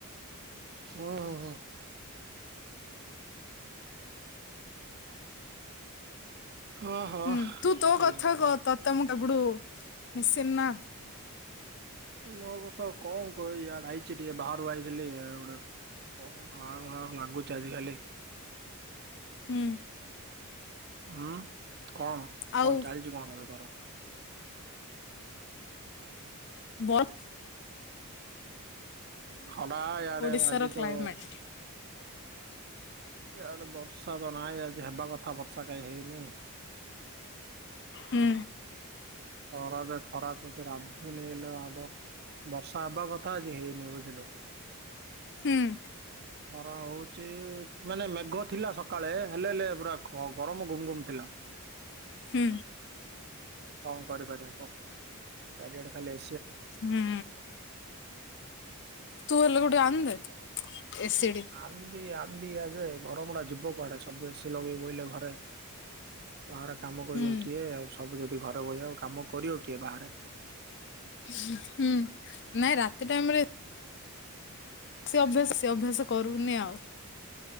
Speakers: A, on the right; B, on the left.
A: ଓ ହୋ ହୋଁ। ହଁ ହଁ
B: ହୁଁ ତୁ ତୋ
A: କି
B: କଥା
A: ହବ
B: କହ ତତେ ମୁ କେବେଠୁ ମିସିନ୍ ନା
A: ମୋ କଥା କଣ କହଇଆଡା ଆଇଛି ଟିକେ ବାହାରୁ ଆଇଥିଲି ଗୋଟେ କଣ ଭାନ ଭାଁ ଲାଗୁଛି ଆଜିିକାଲି।
B: ହୁଁ।
A: ହୁଁ କଣ
B: ଆଉ
A: କଣ ଚାଲିଛି କଣ ଏବେ ତୋର
B: ବତ।
A: ଖଡା ଇଆଡେ
B: ଓଡିଶାର
A: ଆଜି
B: କ୍ଲାଇମେଟ
A: ତ ଏଆଡେ ବର୍ଷା ତ ନାଇଁ ଆଜି ହେବା କଥା ବର୍ଷା କାହିଁ ହେଇନି।
B: ହୁଁ।
A: ଖରା ଯେ ଖରା କରୁଛି ରାଝୁନି ହେଲେ ଆଗ। ବର୍ଷା ହେବା କଥା ଆଜି ହେଇନି ବୁଝିଲୁ।
B: ହୁଁ।
A: ଖରା ହଉଚି ମାନେ ମେଘ ଥିଲା। ସକାଳେ ହେଲେ ହେଲେ ଲେ ପୁରା ଗରମ ଗୁମ ଗୁମ ଥିଲା।
B: ହୁଁ।
A: କଣ କରିପାରିବା କହ ଚାରିଆଡେ କାଲିଆ
B: ହୁଁ ତୁ ହେଲେ ଗୁଟେ
A: ଯେ
B: ଆନ୍ଦେ। ଏସିଡି।
A: ଆନ୍ଦି ଆନ୍ଦି ଆଯେ ଆ ଯେ ଗରମ ଗୁଡା ଯିବ କୁଆଡେ ସବୁ ଏସିି ଲଗେଇ ବୋଇଲେ ଘରେ। ବାହାରେ କାମ କରିବ
B: ହୁଁ
A: କିଏ ଆଉ ସବୁ ଯଦି ଘରେ ବହିବ ଆଉ କାମ କରିବ କିଏ ବାହାରେ
B: ହୁଁ ନାଇଁ ରାତି ଟାଇମରେ ସେ ଅଭ୍ୟାସ ସେ ଅଭ୍ୟାସ କରୁନି ଆଉ।